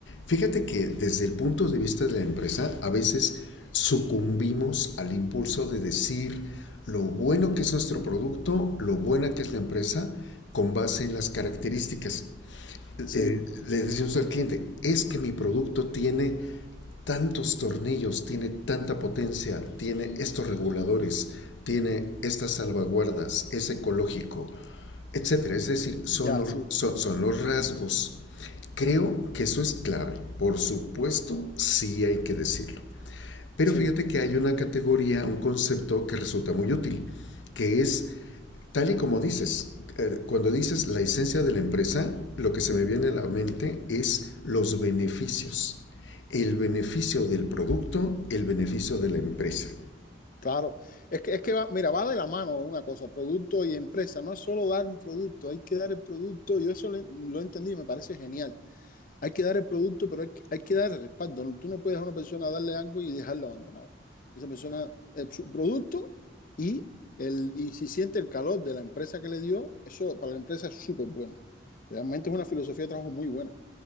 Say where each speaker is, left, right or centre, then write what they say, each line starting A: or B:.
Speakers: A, on the left; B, on the left.
A: Fíjate que desde el punto de vista de la empresa, a veces sucumbimos al impulso de decir lo bueno que es nuestro producto, lo buena que es la empresa, con base en las características. Eh,
B: sí,
A: eh, le decimos al cliente, es que mi producto tiene tantos tornillos, tiene tanta potencia, tiene estos reguladores, tiene estas salvaguardas, es ecológico, etcétera. Es decir,
B: ya,
A: son los,
B: sí,
A: son, son los rasgos. Creo que eso es clave. Por supuesto, sí hay que decirlo. Pero
B: sí.
A: fíjate que hay una categoría, un concepto que resulta muy útil, que es Tal y como dices, eh, cuando dices la esencia de la empresa, lo que se me viene a la mente es los beneficios. El beneficio del producto, el beneficio de la empresa.
B: Claro, es que, es que va, mira, va de la mano una cosa, producto y empresa, no es solo dar un producto, hay que dar el producto, yo eso lo, lo entendí y me parece genial, hay que dar el producto, pero hay que, hay que dar el respaldo, ¿no? Tú no puedes a una persona darle algo y dejarla abandonada, esa persona, eh, su producto y, el, y si siente el calor de la empresa que le dio, eso para la empresa es súper bueno, realmente es una filosofía de trabajo muy buena.